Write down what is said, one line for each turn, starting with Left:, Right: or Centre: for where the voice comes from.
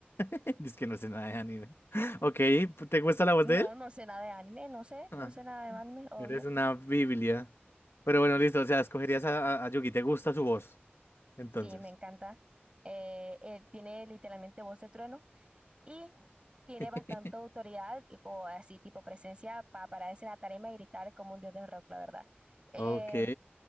Left: <laughs> Es que no sé nada de anime. Ok, ¿te gusta la voz
Right: No,
Left: de él?
Right: no sé nada de anime, no sé,
Left: Ah,
Right: no sé nada de anime, obvio.
Left: eres una biblia. Pero bueno, listo, o sea, escogerías a, a, a Yugi, ¿te gusta su voz? Entonces.
Right: Sí, me encanta. Eh, él tiene literalmente voz de trueno y tiene
Left: <laughs>
Right: bastante autoridad y- o así tipo presencia para pararse en la tarima y gritar como un dios del rock, la verdad. Em,
Left: Ok,